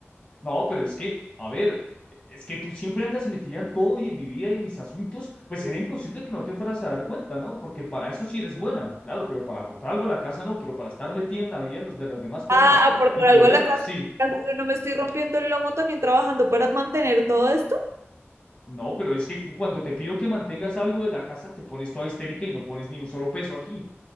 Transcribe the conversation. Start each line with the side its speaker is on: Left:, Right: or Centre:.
Left: No, pero es que, a ver, es que tú siempre andas metida en todo y en mi vida y en mis asuntos, pues era imposible que no te fueras a dar cuenta, ¿no? Porque para eso sí eres buena, claro, pero para aportar algo a la casa no, pero para estar metida en la vida de, los, de las demás personas
Right: Ah, aportar
Left: y joderlos,
Right: algo a la casa,
Left: sí.
Right: en yo no me estoy rompiendo el lomo también trabajando para mantener todo esto.
Left: No, pero es que cu- cuando te pido que mantengas algo de la casa, te pones toda histérica y no pones ni un solo peso aquí.